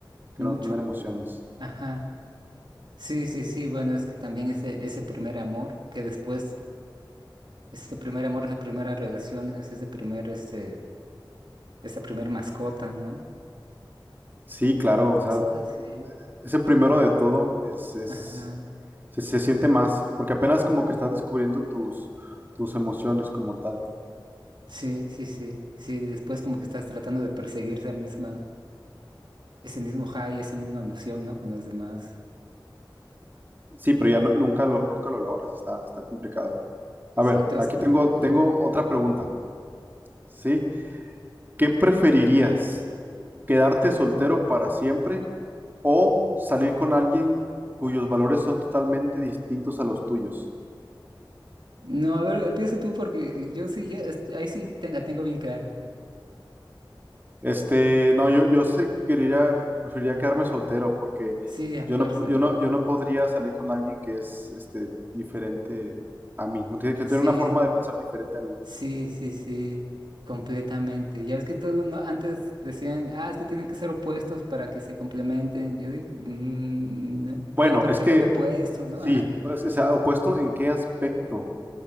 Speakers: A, on the right (about 25°); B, on the right (about 65°).
A: que
B: mucho.
A: no tener emociones.
B: Ajá. Sí, sí, sí. Bueno, es que también ese, ese primer amor, que después, ese primer amor, esa primera relación, es ese primer, este, esa primer mascota, ¿no?
A: Sí, claro, o
B: Cosas
A: sea,
B: así.
A: Ese primero de todo es, es-
B: Ajá.
A: se, se siente más, porque apenas como que estás descubriendo tus, tus emociones como tal.
B: Sí, sí, sí, sí, después como que estás tratando de perseguir esa misma, ese mismo high, esa misma emoción, ¿no? Con las demás.
A: Sí, pero ya nu- nunca lo, nunca lo logras, está, está complicado. A
B: Sí,
A: ver,
B: entonces,
A: aquí tengo,
B: ujú.
A: tengo otra pregunta, ¿sí? ¿Qué preferirías? ¿Quedarte soltero para siempre o salir con alguien cuyos valores son totalmente distintos a los tuyos?
B: No, a ver, empieza tú porque yo sí, ya, es- ahí sí te- la tengo bien clara.
A: Este, no, yo, yo sé, quería, preferiría quedarme soltero porque
B: Sí, a
A: yo
B: fuerza,
A: no, pu- yo
B: ¿no?
A: no, yo no podría salir con alguien que es, este, diferente a mí, ¿no? que, que
B: Sí,
A: tiene una forma de pensar diferente a mí.
B: sí, sí, sí, completamente. Ya ves que todo, no, antes decían, ah, es que tienen que ser opuestos para que se complementen. Yo digo, "Mm, no".
A: Bueno,
B: Bueno, pero
A: es
B: ¿qué
A: que
B: tan opuestos, no?
A: sí,
B: Ajá.
A: pues, o sea, opuesto en qué aspecto